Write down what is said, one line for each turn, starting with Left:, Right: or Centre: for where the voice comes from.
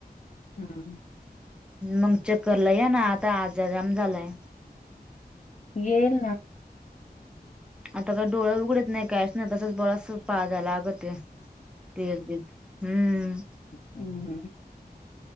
Left: हम्म
Centre: मग चक्करला या ना आता आजाजम झालाय
Left: येल ना.
Centre: आता काय डोळे उघडत नाही काहीच नाही तसच बळा पाजयला लागत ते तेस बीज. हम्म
Left: हम् हम